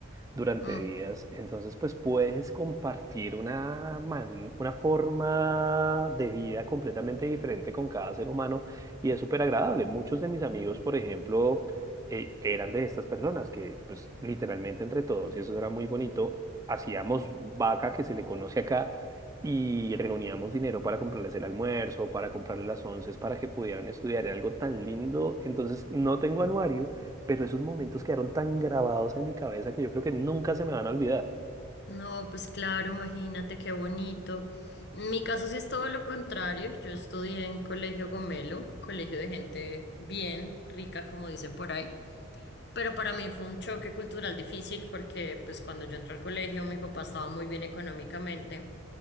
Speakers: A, on the right; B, on the left.
A: durante
B: Mm,
A: días. Entonces, pues puedes compartir una, man- una forma de vida completamente diferente con cada ser humano y es súper agradable. Muchos de mis amigos, por ejemplo, eh, eran de estas personas que, pues, literalmente entre todos, y eso era muy bonito, hacíamos vaca que se le conoce acá. Y reuníamos dinero para comprarles el almuerzo, para comprarles las onces, para que pudieran estudiar. Era algo tan lindo. Entonces, no tengo anuario, pero esos momentos quedaron tan grabados en mi cabeza que yo creo que nunca se me van a olvidar.
B: No, pues claro, imagínate qué bonito. En mi caso sí es todo lo contrario. Yo estudié en Colegio Gomelo, colegio de gente bien rica, como dicen por ahí. Pero para mí fue un choque cultural difícil porque pues cuando yo entré al colegio mi papá estaba muy bien económicamente.